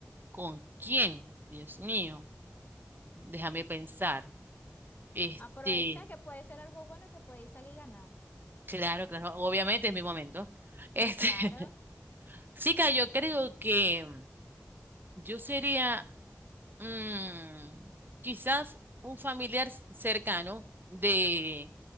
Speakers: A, on the right; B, on the left.
A: ¿Con quién? Dios mío, déjame pensar. Este,
B: Aprovecha que puede ser algo bueno que puede salir ganando.
A: claro, claro, obviamente es mi momento. Este,
B: Es claro.
A: <laughs> chica, yo creo que yo sería mm, quizás un familiar cercano de